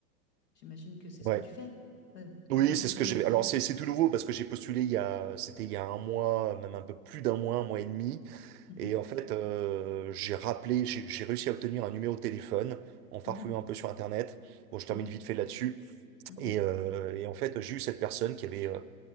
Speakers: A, on the left; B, on the right.
A: J'imagine que c'est
B: Ouais.
A: ce que tu fais. Ouais, t'as
B: Oui,
A: fait un suivi
B: c'est ce que j'ai.
A: avec
B: Alors
A: eux.
B: c'est c'est tout nouveau parce que j'ai postulé il y a, c'était il y a un mois, même un peu plus d'un mois, un mois et demi.
A: Mhm,
B: Et en fait, euh, j'ai rappelé, j'ai j'ai réussi à obtenir un numéro de téléphone en farfouillant
A: mhm,
B: un peu sur Internet. Bon, je termine
A: mhm,
B: vite fait là-dessus.
A: mhm,
B: Et, euh, et en fait, j'ai eu cette personne qui avait euh,